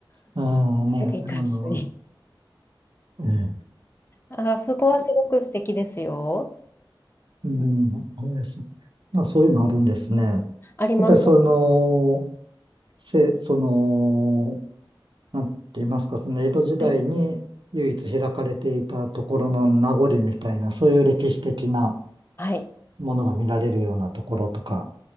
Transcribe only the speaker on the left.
なんかいい感じに。
あ、そこはすごく素敵ですよ。
うん
あります。
はい。
はい。